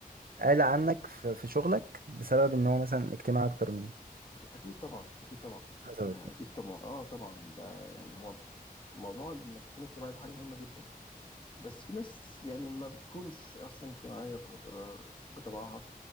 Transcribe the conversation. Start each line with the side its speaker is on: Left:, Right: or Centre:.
Right: قال عنك في في شغلك بسبب ان هو مثلا اجتماعي اكتر منك
Left: أك- اكيد طبعا اكيد طبعا
Right: حصلت
Left: آه، اكيد طبعا اه طبعا ده يعني هو موضوع انك تكون اجتماعي ده حاجه مهمه جدا بس في ناس يعني ما بتكونش اصلا اجتماعيه ب- ب- بطبعها